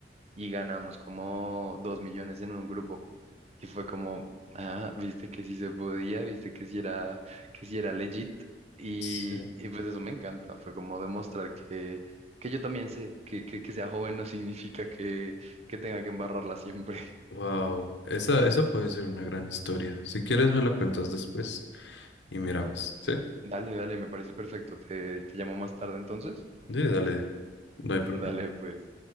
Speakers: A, on the right (about 35°); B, on the left (about 75°).
A: y ganamos como dos millones en un grupo. Y fue como, ah, viste que sí se podía, viste que sí era, que sí era legit. Y,
B: Sí.
A: y pues eso me encanta, fue como demostrar que, que yo también sé que, que, que sea joven no significa que, que tenga que embarrarla siempre. <laughs>
B: Wow, esa, esa puede ser una gran historia. Si quieres me la cuentas después y miramos, ¿sí?
A: Dale, dale, me parece perfecto. Te, te llamo más tarde entonces.
B: Sí, dale, no hay
A: <laughs>
B: problema.
A: Dale, pues.